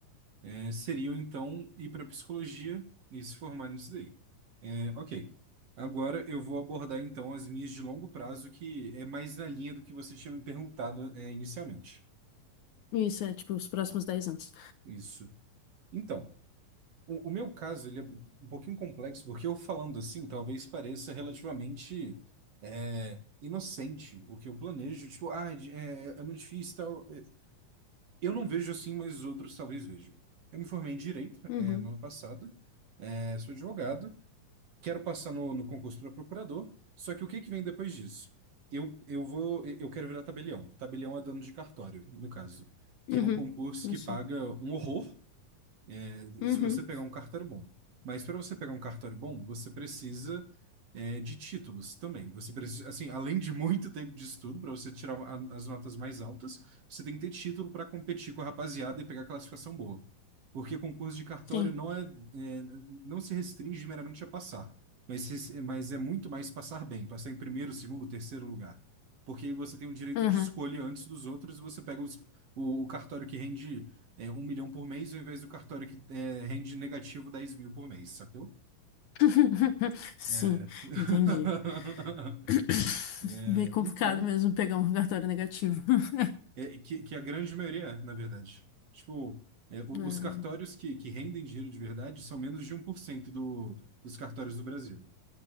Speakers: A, on the right; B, on the left.
A: é, seriam, então, ir para psicologia e se formar nisso daí. É, ok. Agora eu vou abordar então as minhas de longo prazo, que é mais na linha do que você tinha me perguntado é, inicialmente.
B: Isso é, tipo, os próximos 10 anos.
A: Isso. Então, o, o meu caso ele é um pouquinho complexo, porque eu falando assim, talvez pareça relativamente é, inocente o que eu planejo. Tipo, ah, de- é, é muito difícil e tal. É, Eu não vejo assim, mas outros talvez vejam. Eu me formei em Direito,
B: Uhum.
A: é, no ano passado, é, sou advogado, quero passar no, no concurso para procurador, só que o que que vem depois disso? Eu, eu vou, eu quero virar tabelião. Tabelião é dono de cartório, no caso, que
B: Uhum.
A: é um concurso
B: Não
A: que
B: sei.
A: paga um horror é,
B: Uhum.
A: se você pegar um cartório bom. Mas para você pegar um cartório bom, você precisa é, de títulos também. Você precisa, assim, além de muito <laughs> tempo de estudo, para você tirar a- as notas mais altas, você tem que ter título para competir com a rapaziada e pegar classificação boa. Porque concurso de cartório
B: Sim.
A: não é, é, não se restringe meramente a passar, mas, se- mas é muito mais passar bem, passar em primeiro, segundo, terceiro lugar. Porque aí você tem um direito
B: Uhum.
A: de escolha antes dos outros e você pega os, o, o cartório que rende é, um milhão por mês, ao invés do cartório que é, rende negativo 10 mil por mês, sacou?
B: <laughs> Sim,
A: É. <laughs>
B: entendi. <coughs>
A: É,
B: Bem complicado
A: então,
B: mesmo pegar um cartório negativo. <laughs>
A: é, que, que a grande maioria é, na verdade. Tipo, é, o-
B: É.
A: os cartórios que, que rendem dinheiro de verdade são menos de um 1% do, dos cartórios do Brasil.